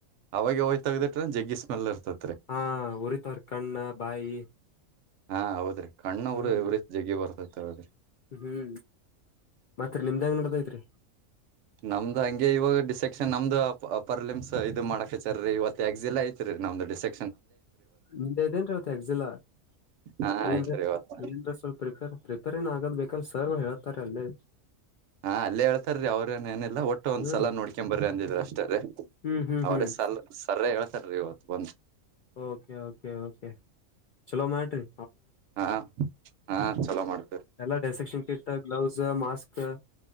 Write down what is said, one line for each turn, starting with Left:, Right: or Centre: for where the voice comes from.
Right: ಅವಾಗ ಹೋಯ್ ತಗ್ದಿಟ್ರ ಜಗ್ಗಿ ಸ್ಮೆಲ್ ಇರ್ತದ
Left: ಹಾ ಉರಿತವರ್ ಕಣ್ಣ ಬಾಯಿ
Right: ಹಾ ಹೌದ್ರಿ ಕಣ್ಣವರು
Left: ಹ್ಮ್
Right: ಇವ್ರೀತಿ ಜಗಿ ಬರ್ತೈತೆ ಹೌದ್ರಿ
Left: ಹ್ಮ್ ಮತ್ರಿ ನಿಮ್ದ್ಯಾಂಗ ನಡದೈತ್ರಿ
Right: ನಮ್ದ್ ಹಂಗೆ ಇವಾಗ ಡಿಸೈ ನ್ ನಮ್ದು ಪರ್ಲಿಮ್ಸ್ ಇದು ಮಾಡೋಕ್ ಹಾರ ರೀ ಇವತ್ತು ಎಕ್ಸ್ ಎಾ ಐತ್ ರರಿ ನಮ್ದು ಡಿಸೆ
Left: ಮುಂದೆ ಇದ್ದೇನ್ ಅವತ್ ಯಗ್ ಜಿಲ್ಲಾ
Right: ಹಾ
Left: ಏನ್
Right: ಐತ್ರಿ ಇವತ್ತು
Left: ಏನ ಸ್ವಲ್ಪ ಪ್ರಿಪೇರ್ ಪ್ರಿಪೇರ್ ಏನ್ ಆಗದ ಬೇಕಲ್ ಸರ್ ಹೇಳ್ತಾರೆ ಅಲ್ಲೇ
Right: ಹಾ ಅಲ್ಲೇ ಹೇತಾರ ರೀ ಅವ್ರೇಏ ಏನಿಲ್ಲ ಒಟ್ಟು ಒಂದ್ಸಲ
Left: ಹ್ಮ್
Right: ನೋಡ್ಕೊ ಬರ್ರಿ ಅಂದಿದ್ರಿ ಅಷ್ಟ್ರೀ
Left: ಹ್ಮ್ ಹ್ಮ್
Right: ಅವ್ರ
Left: ಹ್ಮ್
Right: ಸರ್ ಸರ ಹೇಳ್ತಾರೀ ಇವತ್ತು ಬಂದು
Left: ಓಕೆ ಕೆ ಓಕೆ ಚಲೋ ಮಾಡಟ್ರರಿ
Right: ಹಾ ಹಾ ಚಲೋ ಮಾಡ್ತೇವಿ
Left: ಎಲ್ಲ ಡಸೆಕ್ಷನ್ ಕಿಟ್ ಗ್ಲೌಸ್ ಮಾಸ್ಕ್